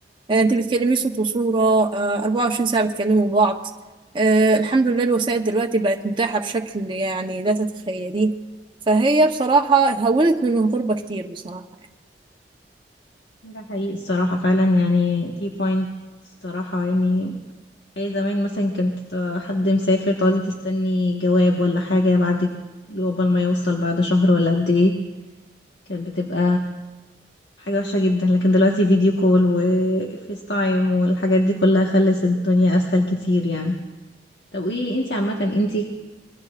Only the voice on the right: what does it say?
آه، انت بتكلمي صوت وصورة آه، 24 ساعة بتكلموا بعض آه، الحمد لله الوسائل دلوقتي بقت متاحة بشكل يعني لا تتخيليه فهي بصراحة هونت من الغربة كتير بصراحة يعني.